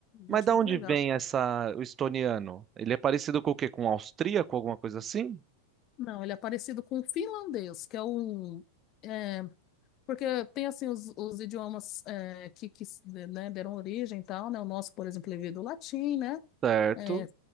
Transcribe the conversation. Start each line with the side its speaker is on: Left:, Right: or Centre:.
Right: Mas
Left: Eu acho
Right: da
Left: muito
Right: onde
Left: legal.
Right: vem essa, o estoniano? Ele é parecido com o quê? Com o austríaco, alguma coisa assim?
Left: Não, ele é parecido com o finlandês, que é um. é, Porque tem, assim, os, os idiomas é, que, que, né, deram origem e tal, né? O nosso, por exemplo, ele veio do latim, né?
Right: Certo.
Left: É,